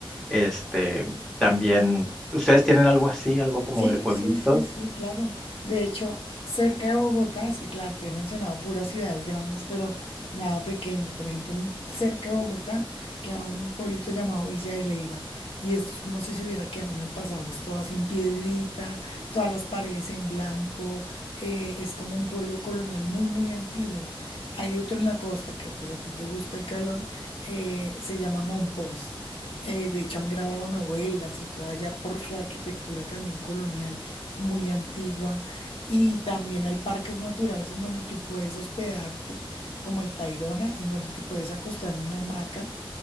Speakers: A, in the centre; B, on the left (about 80°).
A: Este, también, ¿ustedes tienen algo así, algo como
B: Sí,
A: de pueblitos?
B: sí, sí, sí, claro. De hecho, cerca de Bogotá, es que claro, te he mencionado puras ciudades grandes, pero nada pequeña. Por ejemplo, en Bo- cerca de Bogotá queda un pueblito llamado Villa de Leyva. Y esto es como si se hubiera quedado en el pasado. Es todo así en piedrita, todas las paredes en blanco. eh, es como un pueblo colonial muy, muy antiguo. Hay otro en la costa que pues a ti te gusta el calor, eh, se llama Monpós. Eh, de hecho, han grabado novelas y todo allá por su arquitectura también colonial, muy antigua. Y también hay parques naturales en donde tú puedes hospedarte, como el Tayrona, en donde te puedes acostar en una hamaca